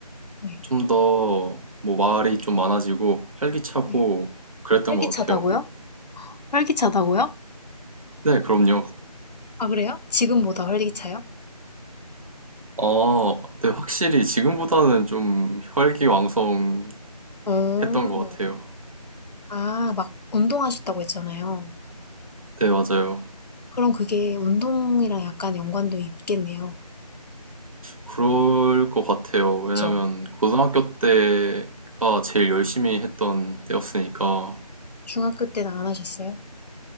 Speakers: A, on the left; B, on the right.
A: 네,
B: 좀 더 뭐 말이 좀 많아지고 활기차고
A: 네.
B: 그랬던
A: 활기차다고요?
B: 것 같아요.
A: 활기차다고요?
B: 네, 그럼요.
A: 아, 그래요? 지금보다 활기차요?
B: 아... 네, 확실히 지금보다는 좀 혈기왕성했던
A: 어,
B: 것 같아요.
A: 아, 막 운동하셨다고 했잖아요.
B: 네, 맞아요.
A: 그럼 그게 운동이랑 약간 연관도 있겠네요.
B: 그럴 것 같아요. 왜냐면
A: 그쵸?
B: 고등학교 때가 제일 열심히 했던 때였으니까
A: 중학교 때는 안 하셨어요?